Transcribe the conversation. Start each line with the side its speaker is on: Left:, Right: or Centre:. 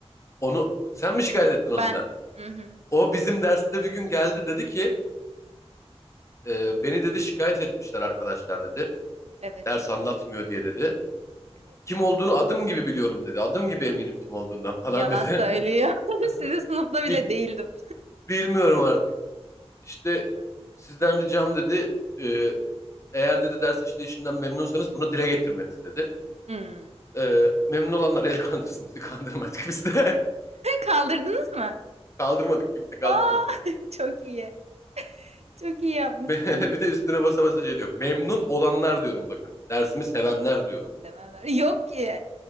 Left: Onu sen mi şikayet ettin
Right: Ben.
Left: onu da?
Right: Mhm.
Left: O bizim derste bir gün geldi dedi ki e, beni dedi şikayet etmişler arkadaşlar dedi.
Right: Evet.
Left: Ders anlatmıyor diye dedi.
Right: Evet.
Left: Kim olduğunu adım gibi biliyorum dedi. Adım gibi eminim kim olduğundan falan
Right: Yalan
Left: dedi.
Right: söylüyor. <laughs> Sizin
Left: <laughs>
Right: sınıfta bile
Left: "Bi-
Right: değildim.
Left: Bilmiyorum artık. İşte sizden ricam dedi. e, eğer dedi ders işleyişimden memnunsanız bunu dile getirmeniz dedi.
Right: Hmm.
Left: E, memnun olanlar el kandırsın dedi. <laughs> Kandırmadık biz de.
Right: Kaldırdınız mı?
Left: <laughs> Kaldırmadık kimse kaldırmadı.
Right: Aa <laughs> çok iyi. Çok iyi yapmışsınız.
Left: <laughs> Bir de üstüne basa basa şey diyor. Memnun olanlar diyorum bakın. Dersimi sevenler diyorum.
Right: Demeler. Yok ki.